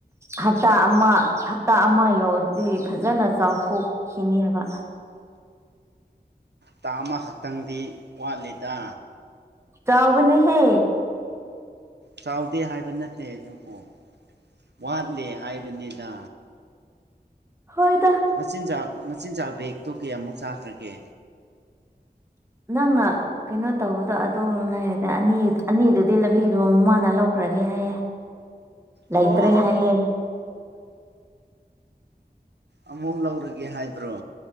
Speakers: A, on the right; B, on the right.
A: ꯍꯞ ꯇꯥ ꯑꯃ ꯍꯞꯇꯥ ꯑꯃ ꯌꯧꯔꯗꯤ ꯐꯖꯅ ꯆꯥꯎꯊꯣꯛꯈꯤꯅꯤ ꯍꯥꯏꯕ
B: ꯇꯥ ꯑꯃꯈꯛꯇꯪꯗꯤ ꯋꯥꯠꯂꯤꯗ
A: ꯆꯥꯎꯕꯅꯤꯍꯦ
B: ꯆꯥꯎꯗꯦ ꯍꯥꯏꯕ ꯅꯠꯇꯦ ꯑꯗꯨꯕꯨ ꯋꯥꯠꯂꯦ ꯍꯥꯏꯕꯅꯤꯗ
A: ꯍꯣꯏꯗ
B: ꯃꯆꯤꯟꯖꯥꯛ ꯃꯆꯤꯟꯖꯥꯛ ꯕꯦꯛꯇꯣ ꯀꯌꯥꯃꯨꯛ ꯆꯥꯈ꯭ꯔꯒꯦ
A: ꯅꯪꯅ ꯀꯩꯅꯣ ꯇꯧꯕꯗꯣ ꯑꯗꯨ ꯉꯥꯏꯔꯦꯗ ꯑꯅꯤ ꯑꯅꯤꯗꯨꯗꯤ ꯂꯞꯂꯤꯗꯨ ꯃꯃꯥꯅ ꯂꯧꯈ꯭ꯔꯒꯦ ꯍꯥꯏꯌꯦꯦ ꯂꯩꯩꯇ꯭ꯔꯦ
B: ꯑꯣ
A: ꯍꯥꯏꯌꯦ
B: ꯑꯃꯨꯛ ꯂꯧꯔꯒꯦ ꯍꯥꯏꯕ꯭ꯔꯣ